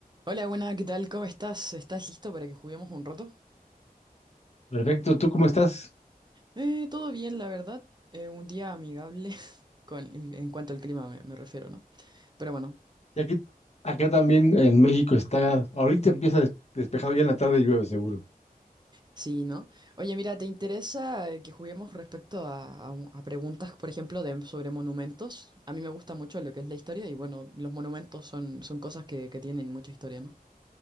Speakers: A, on the right (about 30°); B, on the left (about 45°).
A: Hola, buena, ¿qué tal? ¿Cómo estás? ¿Estás listo para que juguemos un rato?
B: Perfecto, ¿tú cómo estás?
A: Eh, todo bien, la verdad. Eh, un día amigable <laughs> con, en cuanto al clima me, me refiero, ¿no? Pero bueno,
B: Y aquí, acá también en México está, ahorita empieza des- despejado, ya en la tarde llueve seguro.
A: sí, ¿no? Oye, mira, ¿te interesa eh, que juguemos respecto a, a un- a preguntas, por ejemplo, de, sobre monumentos? A mí me gusta mucho lo que es la historia y bueno, los monumentos son, son cosas que, que tienen mucha historia, ¿no?